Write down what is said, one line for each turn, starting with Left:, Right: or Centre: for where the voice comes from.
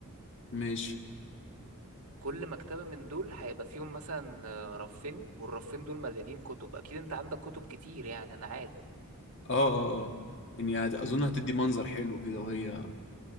Left: ماشي
Right: كل مكتبة من دول هيبقى فيهم مثلا آه، رفين والرفين دول مليانين كتب أكيد انت عندك كتب كتير يعني أنا عارف
Left: اه اه اه يعني هت- اظن هتدي منظر حلو كده وهي